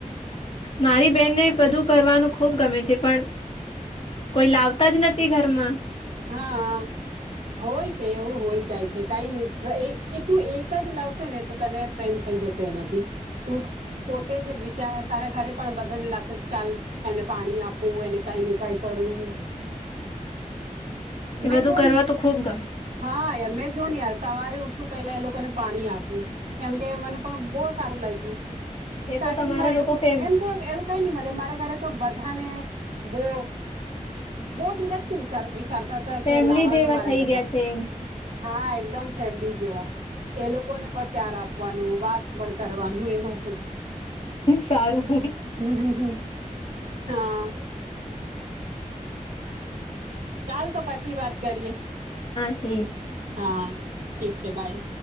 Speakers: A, on the left; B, on the right.
A: મારી બેનને બધું કરવાનું ખુબ ગમે છે પણ કોઈ લાવતા જ નથી ઘરમાં
B: હા હોય છે એવું હોય જાય છે કઈ મિત્ર એ તું એક જ લાવશે ને તો તને પ્રેમ થઈ જશે એનાથી તું પોતે જ વિચાર તારા ઘરે પણ બધાને લાગશે કે ચાલ એને પાણી આપું એને કઈ ને કઈ કરું
A: એ
B: મેં
A: બધું
B: જોન
A: કરવા તો ખુબ ગમે
B: હા યાર મેં જોન યાર સવારે ઉઠ ઠું પહેલા એ લોકોને પાણી આપું કેમ કે મને પણ બહુ સારું લાગ્યું
A: એ
B: સ્ટાર્ટિંગમાં
A: તો તમારા લોકો
B: એવું
A: ફેમ
B: એમ તો એવું કઈ નહી મળ મારે ઘરે તો બધાને બો બહ દિવસ થી વિચારે વિ ચારતા હતા
A: ફેમિલી
B: કે લાવવાનું
A: જેવા
B: મારા
A: થઈ
B: ઘરે
A: ગયા છે એમ
B: હા એકદમ ફેમલી જેવા એ લોકોને પણ પ્યાર આપવાનું વાત પણ કરવાનું એમાં શું
A: સારું
B: હમ હમ હમ હા ચાલ તો પછી વાત કરીએ
A: ઠી
B: હા ઠીક છે બાય